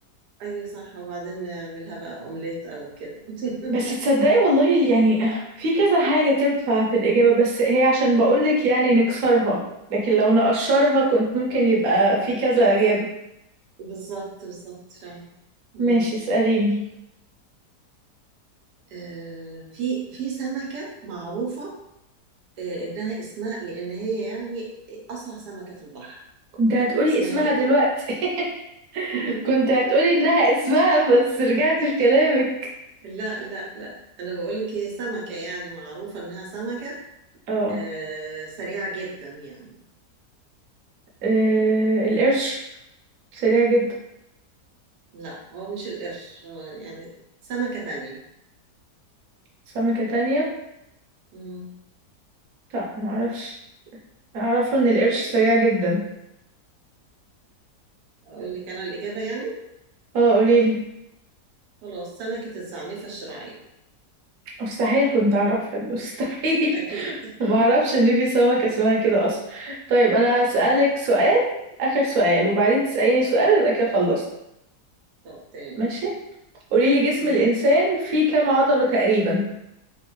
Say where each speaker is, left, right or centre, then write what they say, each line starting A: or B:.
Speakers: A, on the right; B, on the right.
A: ايوه صح وبعدين نعملها بقى اومليت او كده <laughs>
B: بس تصدقي والله اللي يعني في كذا حاجة تنفع في الإجابة بس هي عشان بقولك يعني نكسرها لكن لو نقشرها كنت ممكن يبقى في كذا
A: اه
B: إجابة
A: بالظبط بالظبط فعلا مم.
B: ماشي اسأليني
A: آه في في سمكة معروفة آه، انها اسمها إيه، ان هي يعني اسرع سمكة في البحر
B: كنت هتقولي
A: اسمها
B: اسمها
A: ايه
B: دلوقتي
A: بقى
B: <laughs>
A: <laughs>
B: كنت هتقولي إنها اسمها بس رجعت في كلامك
A: لا لا لا انا بقول لك هي سمكة يعني معروفة انها سمكة
B: اه
A: آه، سريعة جدا يعني
B: آه، القرش سريع جدا
A: لا هو مش القرش هو يعني سمكة تانية
B: سمكة تانية
A: مم.
B: لا معرفش أعرفه إن القرش
A: طب
B: سريع جدا
A: اقول لك انا الإجابة يعني
B: اه قوليلي
A: خلاص سمكة الزعنفة الشراعية
B: مستحيل كنت اعرفها دي مستحيل
A: اكيد
B: <laughs> ما
A: <laughs>
B: اعرفش ان في سمكة اسمها كده اصلا طيب انا هسألك سؤال اخر سؤال وبعدين تسأليني سؤال ويبقى كده خلصت
A: طب تاني
B: ماشي قولي لي جسم
A: مم.
B: الانسان فيه كام عضلة تقريبا